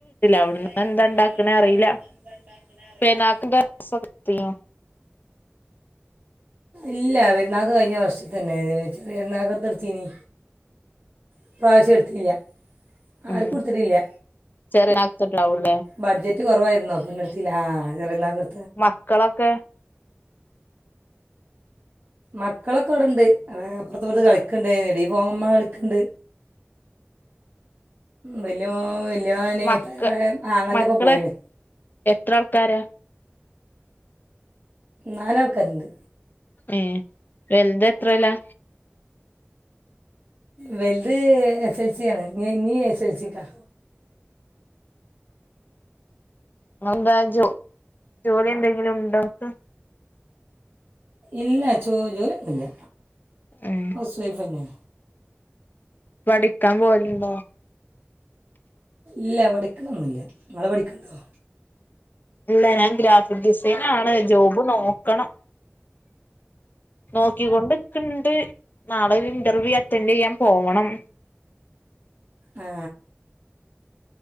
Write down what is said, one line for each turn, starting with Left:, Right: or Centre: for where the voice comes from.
Right: ഇവിടെ
Left: അവിടുന്ന്
Right: ഞാൻ
Left: എന്താ
Right: ഉമ്മാന്റെ
Left: ഉണ്ടാക്കണ
Right: വീട്ടില
Left: അറിയില്ല
Right: ഇന്ന് ന്താ ഉണ്ടാക്കാണെന്ന് അറിയില്ല
Left: പെരുന്നാക്കിന്റെ ഡ്രസ്സൊക്കെടുത്തീനോ
Right: ഇല്ല പെരുന്നാൾക്ക് കഴിഞ്ഞ വർഷ തന്നെ ചെറിയരുന്നാക്കത്തെടുത്തീനി ഇ പ്രാവിശ്യം എടുത്തിട്ടില്ല ആർക്കും
Left: ഉം
Right: എടുത്തിട്ടില്ല
Left: ചെറിയനാക്കത്തിണ്ടാവൂല്ലേ
Right: ബഡ്ജറ്റ് കുറവായിരുന്നു എടുത്തില്ല ആ ചെറിയപെരുന്നാൾക്ക്
Left: മക്കളൊക്കെ
Right: മക്കളൊക്കെ അവിടെണ്ട് അപ്പറത്ത്പ്പറത്ത് കളിക്കണ്ട് നെടി പോങ്ങമ്മ കളിക്കണ്ട് വലിയ വലിയവന്
Left: മക്ക
Right: ആങ്ങളുടെ
Left: മക്കളെ
Right: ഒപ്പം പോയിണ്
Left: എത്ര ആൾക്കാരാ
Right: നാല് ആൾക്കാരുണ്ട്
Left: ഏ വലുത് എത്രേയ്ലാ
Right: വൽത് എസ് എൽ സി ആണ്. നി ഇനീ എസ് എൽ സിക്കാ
Left: ഇങ്ങള് എന്താ ജോ ജോലി എന്തെങ്കിലും ഉണ്ടോ ഇങ്ങ്ക്ക്?
Right: ഇല്ല ചോ ജോലി ഒന്നുഇല്ല.
Left: ഉം
Right: ഹൗസ് വൈഫ്‌ തന്നെയ
Left: പഠിക്കാൻ പോവലുണ്ടോ
Right: ഇല്ല പഠിക്കണംന്നില്ല നിങ്ങള് പഠിക്കണണ്ടോ?
Left: ഇല്ല ഞാൻ ഗ്രാഫിക് ഡിസൈനാണ് ജോബ് നോക്കണം നോക്കികൊണ്ട് ഇക്ക്ൺ <unintelligible> നാളെ ഒരു ഇന്റർവ്യൂ അറ്റൻഡ് യ്യാൻ പോണം.
Right: ആ